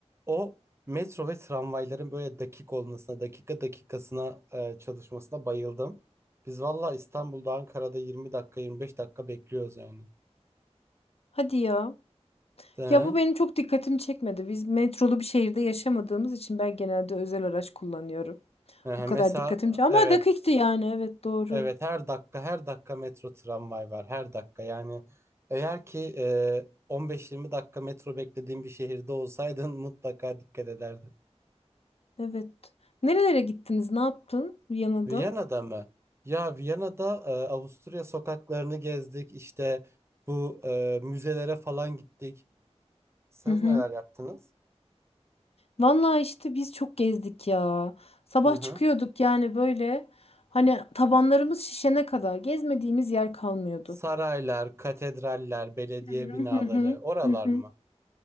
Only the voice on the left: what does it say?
Hadi ya.
Ya bu benim çok dikkatimi çekmedi. Biz metrolu bir şehirde yaşamadığımız için ben genelde özel araç kullanıyorum.
O kadar
dikkatim çek- Ama
dakikti yani. Evet doğru.
Evet. Nerelere gittiniz? Ne yaptın Viyana'da?
Hı hı.
Vallahi işte biz çok gezdik ya. Sabah
çıkıyorduk yani böyle. Hani tabanlarımız şişene kadar gezmediğimiz yer kalmıyordu.
Hı hı
hı
hı. hı.